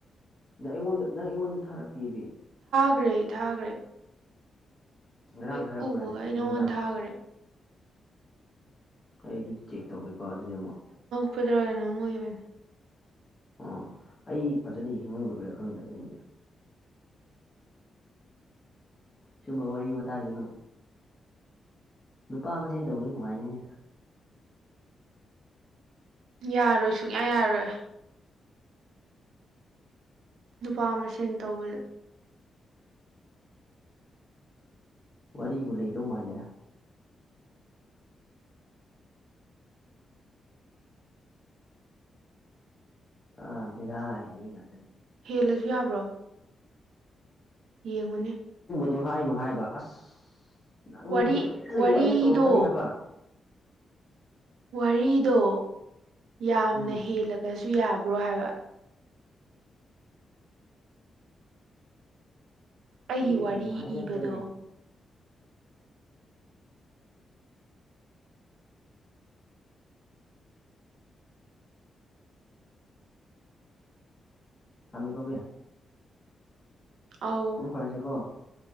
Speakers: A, on the left; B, on the right.
A: ꯅꯪ ꯑꯩꯉꯣꯟꯗ ꯅꯪ ꯑꯩꯉꯣꯟꯗ ꯊꯥꯔꯛꯇꯦꯕ
B: ꯊꯈ꯭ꯔꯦ ꯊꯥꯈ꯭ꯔꯦ
A: ꯉꯔꯥꯡ
B: ꯍꯦꯛ
A: ꯊꯥꯔꯛꯄ꯭ꯔꯥꯅꯦ
B: ꯎꯕꯒ ꯑꯩ
A: ꯅꯨꯡꯗꯥꯡ
B: ꯅꯪꯉꯣꯟ ꯊꯥꯈ꯭ꯔꯦ
A: ꯑꯩ ꯑꯗꯨꯗꯤ ꯆꯦꯛ ꯇꯧꯒꯦꯀꯣ ꯑꯗꯨꯗꯤ ꯑꯃꯨꯛ
B: ꯐꯗ꯭ꯔꯒꯅꯣꯃꯨ ꯑꯣꯏꯕꯅꯦ
A: ꯑꯣ ꯑꯩ ꯐꯖꯅ ꯍꯤꯡꯍꯧꯗꯕꯩꯔꯥ ꯈꯪꯗ꯭ꯔꯦ ꯑꯗꯨꯕꯨꯗꯤ ꯁꯨꯝꯕ ꯋꯥꯔꯤ ꯃꯇꯥꯏꯁꯨ ꯑꯗꯨꯝ ꯅꯨꯄꯥ ꯃꯥꯁꯦꯟ ꯇꯧꯕꯁꯨ ꯅꯨꯡꯉꯥꯏꯅꯤꯅꯦ
B: ꯌꯥꯔꯣꯏ ꯁꯨꯡꯌꯥ ꯌꯥꯔꯣꯏ ꯅꯨꯄꯥ ꯑꯃ ꯁꯦꯟ ꯇꯧꯕ
A: ꯋꯥꯔꯤꯕꯨ ꯂꯩꯗꯧ ꯃꯥꯟꯗꯦꯗ ꯑꯥ ꯕꯦꯔ ꯃꯤ ꯉꯥꯛꯇꯥꯅꯤ
B: ꯍꯦꯜꯂꯁꯨ ꯌꯥꯕ꯭ꯔꯣ ꯌꯦꯡꯉꯨꯅꯦ
A: ꯑꯗꯨ ꯍꯥꯏꯅꯨ ꯍꯥꯏꯕ ꯑꯁ ꯅꯪꯁꯤꯃ
B: ꯋꯥꯔꯤ
A: ꯇꯨꯃꯤꯠ ꯂꯩꯌꯨ
B: ꯋꯥꯔꯤꯗꯣ
A: ꯑꯩꯅ ꯇꯧꯔꯛꯀꯅꯤ ꯍꯥꯏꯕ
B: ꯋꯥꯔꯤꯗꯣ ꯌꯥꯝꯅ
A: ꯎꯝ
B: ꯍꯦꯜꯂꯒꯁꯨ ꯌꯥꯕ꯭ꯔꯣ ꯍꯥꯏꯕ ꯑꯩꯒꯤ
A: ꯑꯩ ꯑꯗꯨꯝ
B: ꯋꯥꯔꯤ
A: ꯍꯥꯏꯔꯛꯀꯅꯤ
B: ꯏꯕꯗꯣ
A: ꯍꯥꯏꯕ ꯊꯃꯤ ꯀꯣ ꯕꯤ
B: ꯑꯧ
A: ꯃꯪ ꯐꯔꯁꯤ ꯀꯣ